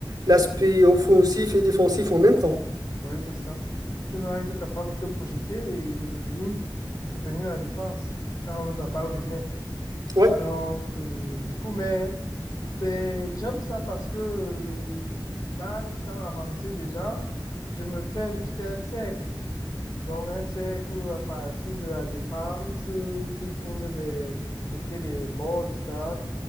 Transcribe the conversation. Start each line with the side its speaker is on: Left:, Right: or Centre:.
Right: l'aspect offensif et défensif en même temps.
Left: Oui, c'est ça. Tu dois être capable de te projeter et de revenir soutenir la défense quand la balle revient.
Right: Oui,
Left: Donc, euh, du coup, mais c'est, j'aime ça parce que euh, l'âge étant avancé déjà, je me fais juste un cercle. Donc, un cercle à partir de la défense euh, qui tourne vers côté des bords du stade